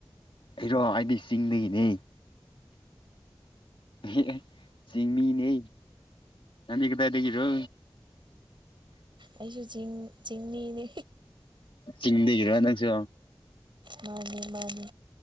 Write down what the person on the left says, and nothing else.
ꯑꯩꯔꯣ ꯑꯩꯗꯤ ꯆꯤꯡꯗꯒꯤꯅꯦ꯫ ꯑꯦ ꯆꯤꯡꯃꯤꯅꯦ ꯅꯪꯗꯤ ꯀꯗꯥꯏꯗꯒꯤꯔꯣ
ꯆꯤꯡꯗꯒꯤꯔ ꯅꯪꯁꯨ